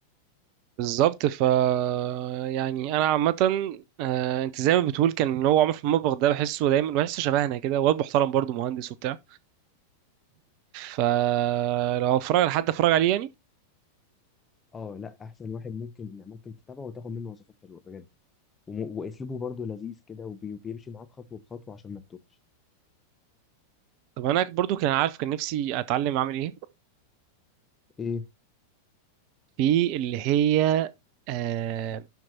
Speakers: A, on the right; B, on the left.
A: بالظبط ف يعني أنا عامة آه، أنت زي ما بتقول كان اللي هو عمر في المطبخ ده بحسه دايما بحسه شبهنا كده واد محترم برضه مهندس وبتاع فلو أتفرج على حد أتفرج عليه يعني
B: اه لا احسن واحد ممكن ممكن تتابعه وتاخد منه وصفات حلوه بجد وم... واسلوبه برضه لذيذ كده وبي... وبيمشي معاك خطوه بخطوه عشان ما تتوهش
A: طب أنا برضه كان عارف كان نفسي أتعلم أعمل إيه
B: ايه
A: في اللي هي آه